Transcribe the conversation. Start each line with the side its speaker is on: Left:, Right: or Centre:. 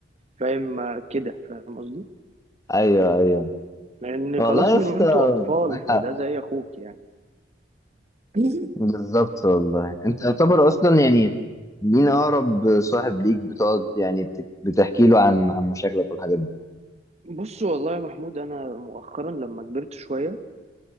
Right: فاهم آه، كده فاهم قصدي؟
Left: ايوه ايوه
Right: لأن
Left: والله
Right: خلاص
Left: يا
Right: من
Left: اسطى
Right: وأنتوا أطفال
Left: معاك
Right: فده
Left: حق
Right: زي أخوك يعني <laughs>
Left: بالظبط والله انت يعتبر اصلا يعني مين اقرب صاحب ليك بتقعد يعني بت- بتحكي له عن عن مشاكلك والحاجات دي
Right: بص والله يا محمود أنا مؤخرا لما كبرت شوية